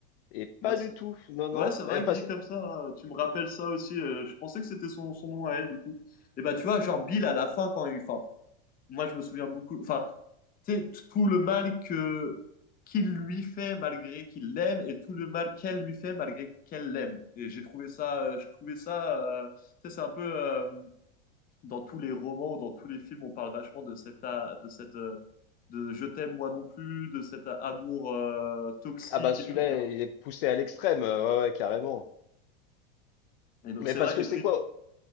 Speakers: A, on the left; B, on the left.
A: Et
B: Bah,
A: pas du tout. Non, non.
B: Ouais, c'est vrai
A: Eh, Parce...
B: que dit comme ça, hein, tu me rappelles ça aussi. euh, je pensais que c'était son, son nom à elle, du coup. Et bah, tu vois, genre Bill à la fin, quand il. Enfin, moi, je me souviens beaucoup. Enfin, tu sais, t- tout le mal que qu'il lui fait malgré qu'il l'aime et tout le mal qu'elle lui fait malgré qu'elle l'aime. Et j'ai trouvé ça. euh, je trouvais ça. euh, tu sais, c'est un peu. euh, dans tous les romans, ou dans tous les films, on parle vachement de cette. a- de cette euh, de je t'aime moi non plus, de cet amour euh, toxique
A: Ah bah celui-là,
B: et tout, tu vois.
A: il est poussé à l'extrême. euh, Ouais, ouais, carrément.
B: Et donc,
A: Mais
B: c'est
A: parce
B: vrai.
A: que
B: Et
A: c'est
B: puis,
A: quoi?